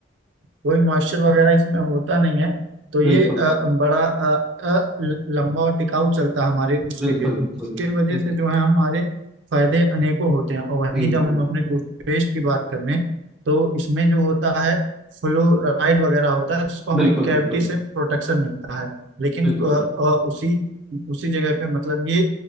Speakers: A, on the right; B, in the centre.
A: कोई मॉइस्चर वगैरह इसमें होता नहीं है तो ये
B: बिल्कुल
A: अ, बड़ा अ, अ, ल- लंबा और टिकाऊ चलता है हमारे उसके
B: बिल्कुल
A: लिए तो
B: बिल्कुल
A: इसके वजह
B: बिल्कुल
A: से जो है हमारे फायदे अनेकों होते हैं और वहीं
B: बिल्कुल
A: जब हम अपने टूथपेस्ट की बात कर लें तो इसमें जो होता है फ्लोराइड वगैरह होता है जिसको हमें
B: बिल्कुल
A: कैविटी
B: बिल्कुल
A: से प्रोटेक्शन मिलता है लेकिन
B: बिल्कुल
A: अ, अ, उसी उसी जगह पे मतलब ये